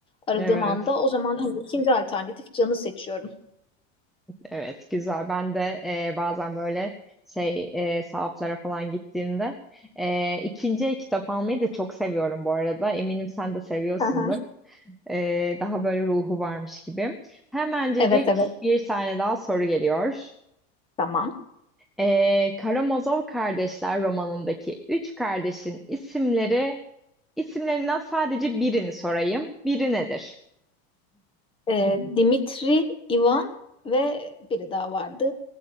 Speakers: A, on the left; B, in the centre.
A: aradığım
B: Evet.
A: anda. O zaman hani ikinci alternatif Can'ı seçiyorum.
B: Evet, güzel. Ben de e, bazen böyle şey e, sahaflara falan gittiğimde e, ikinci el kitap almayı da çok seviyorum bu arada. Eminim sen de seviyorsundur.
A: <laughs>
B: E, daha böyle ruhu varmış gibi. Hemencecik
A: Evet evet
B: bir tane daha soru geliyor.
A: tamam.
B: E, Karamazov Kardeşler romanındaki üç kardeşin isimleri isimlerinden sadece birini sorayım. Biri nedir?
A: Ee, Dimitri, Ivan ve biri daha vardı.